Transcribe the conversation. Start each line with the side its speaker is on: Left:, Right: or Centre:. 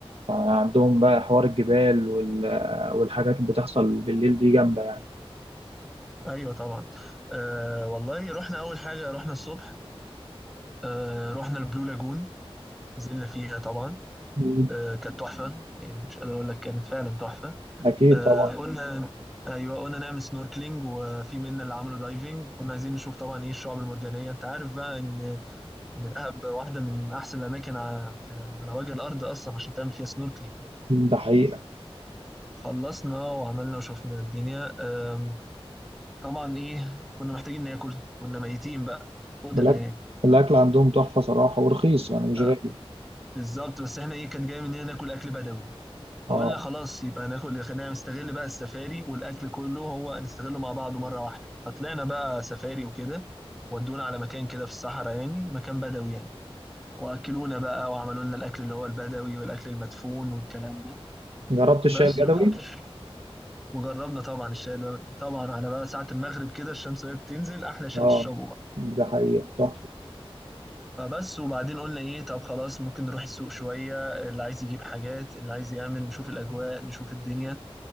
Right: عندهم بقى حوار الجبال وال- والحاجات اللي بتحصل بالليل دي جامده يعني
Centre: ايوه طبعا آه والله رحنا اول حاجه رحنا الصبح آه، رحنا البلو لاجون نزلنا فيها طبعا
Right: مم.
Centre: آه، كانت تحفة يعني مش قادر أقول لك كانت فعلا تحفة
Right: اكيد
Centre: آه،
Right: طبعا
Centre: قلنا أيوه قلنا نعمل سنوركلينج وفي منا اللي عملوا دايفنج كنا عايزين نشوف طبعا إيه الشعاب المرجانية أنت عارف بقى إن إن دهب واحدة من أحسن الأماكن ع- في- على وجه الأرض أصلا عشان تعمل فيها سنوركلينج يعني
Right: ده حقيقة
Centre: خلصنا وعملنا وشفنا الدنيا آم، طبعا إيه كنا محتاجين ناكل كنا ميتين بقى قتلة
Right: الأكل
Centre: يعني
Right: الأكل عندهم تحفة صراحة ورخيص يعني مش
Centre: آه،
Right: غالي
Centre: بالظبط بس إحنا إيه كانت جاية مننا ناكل أكل بدوي فقلنا
Right: اه
Centre: خلاص يبقى ناكل خلينا نستغل بقى السفاري والاكل كله هو نستغله مع بعضه مره واحده فطلعنا بقى سفاري وكده ودونا على مكان كده في الصحراء يعني مكان بدوي يعني واكلونا بقى وعملوا لنا الاكل اللي هو البدوي والاكل المدفون والكلام ده
Right: جربت الشاي
Centre: بس
Right: البدوي
Centre: وحرش. وجربنا طبعا الشاي البدوي طبعا على بقى ساعه المغرب كده الشمس وهي بتنزل احلى شاي
Right: اه
Centre: تشربه بقى
Right: ده حقيقة تحفة
Centre: فبس وبعدين قلنا ايه طب خلاص ممكن نروح السوق شويه اللي عايز يجيب حاجات اللي عايز يعمل نشوف الاجواء نشوف الدنيا